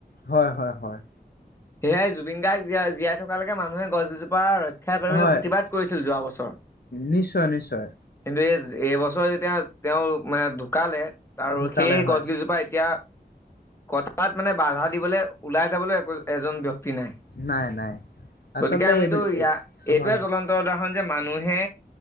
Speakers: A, on the left; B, on the left.
A: হয় হয় হয়।
B: সেয়াই জুবিন গাৰ্গ জীয়াই জীয়াই থকালৈকে মানুহে গছ কিজোপাৰ ৰক্ষ ক্ষা কৰিবলৈ
A: হয়
B: প্ৰতিবাদ কৰিছিল যোৱা বছৰ।
A: নিশ্চয় নিশ্চয়
B: এইজ এইবছৰ যেতিয়া তেওঁ মানে ঢুকালে আৰু
A: ঢুকালে
B: সেই
A: হয়
B: গছ গিজোপা এতিয়া কথাত মানে বাধা দিবলে ওলাই যাবলে এজন ব্যক্ত নাই।
A: নাই নাই আচলতে
B: গতিকে আমিতো
A: এইবিল
B: য়া এইটোৱে
A: হয়
B: জ্বলন্ত উদাহৰণ যে মানুহে